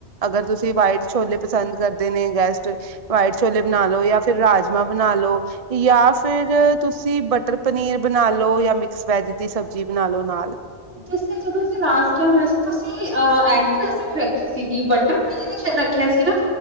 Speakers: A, on the right (about 35°); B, on the right (about 80°).
A: ਅਗਰ ਤੁਸੀਂ ਵਾਈਟ ਛੋਲੇ ਪਸੰਦ ਕਰਦੇ ਨੇ ਗੈਸਟ ਵਾਈਟ ਛੋਲੇ ਬਣਾ ਲੋ ਜਾਂ ਫਿਰ ਰਾਜਮਾਂ ਬਣਾ ਲੋ ਜਾਂ ਫਿਰ ਤੁਸੀਂ ਬਟਰ ਪਨੀਰ ਬਣਾ ਲਓ ਜਾਂ ਮਿਕਸ ਵੈਜ ਦੀ ਸਬਜ਼ੀ ਬਣਾ ਲੋ ਨਾਲ
B: ਤੁਸੀਂ ਜਦੋਂ ਅਸੀਂ ਲਾਸਟ ਟਾਈਮ ਆਏ ਸੀ ਤੁਸੀਂ ਅ ਇਹ ਰੈਸਿਪੀ ਰੱਖੀ ਸੀਗੀ ਬਟਰ ਪਨੀਰ ਸ਼ੈਦ ਰੱਖਿਆ ਸੀਗਾ